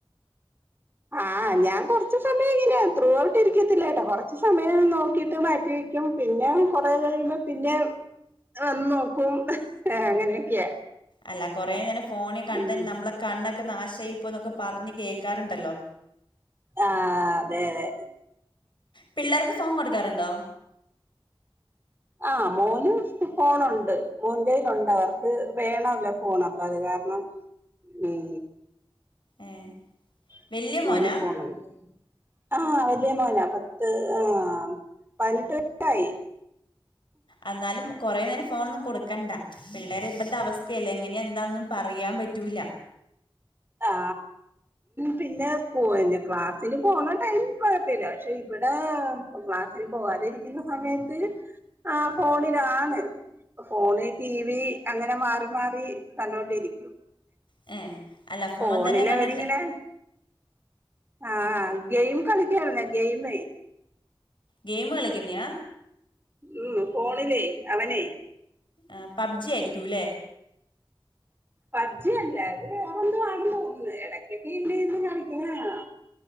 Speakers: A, on the right; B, on the left.
A: ആ ഞാൻ കുറച്ച് സമയ പിന്നെ ത്രൂ ഔട്ട് ഇരിക്കത്തില്ലേട്ടോ കുറച്ച് സമയം നോക്കിട്ട് മാറ്റി വെക്കും പിന്നെ കുറേ കഴിയുമ്പോ പിന്നി ന്നെ വന്ന് നോക്കും. അങ്ങനെയൊക്കെയാ
B: അല്ല കൊറേ നേരം ഫോണി കണ്ടന്നെ
A: ഉം
B: നമ്മളെ കണൊ ക്കെ നാശായിപ്പോയി ന്നൊക്കെ പറഞ് കേൾക്കാറുണ്ടല്ലോ?
A: ആ അതെ അതെ.
B: പിള്ളേർക്ക് ഫോൺ കൊടുക്കാറുണ്ടോ?
A: ആ മോന് ഫോണുണ്ട് മോന്റെയിലുണ്ട് അവർക്ക് വേണല്ലോ ഫോൺ അപ്പൊ അത് കാരണം ഉം
B: ഏ
A: <unintelligible>
B: വല്യ മോനാ
A: ആ വലിയ മോനാ പത്ത് ആഹ പതിനെട്ടായി.
B: അന്നാലും കൊറേ നേരം ഫോണൊന്നും കൊടുക്കണ്ടാ പിള്ളേരെ ഇപ്പത്തെ അവസ്ഥയല്ലേ എങ്ങനെയ എന്താന്നും പറയാൻ പറ്റൂല. <inaudible>
A: ആ പിന്നെ <unintelligible> ക്ലാസ്സിന് പോണ ടൈം കൊഴപ്പല്ല പക്ഷെ ഇ ഇവിടെ ക്ലാസ്സിൽ പോകാതിരിക്കുന്ന സമയത്ത് ആ ഫോണിലാണ് ഫോണ്, ടി വി അങ്ങനെ <unintelligible> മാറി മാറി കണ്ടോ ണ്ടിരിക്കും.
B: ഏ അല്ല ഫോൺ
A: ഫോണിലവരിങ്ങനെ
B: തന്നെ കണ്ടിട്ട്
A: ആഹ ഗെയിം കളിക്കായി ഗെയിമേ
B: ഗെയിം കളിക്കുന്നെയാ?
A: ഉം ഫോണിലേ അവനെ
B: ആ പബ്ജി ആയിരിക്കുല്ലേ?
A: പബ്ജി അല്ല അത് വേറെ എന്തോ ആണ് തോന്നുന്നത് ഇടക്കൊക്കെ ഇടെന്ന് കളിക്കുന്നതുകണാ.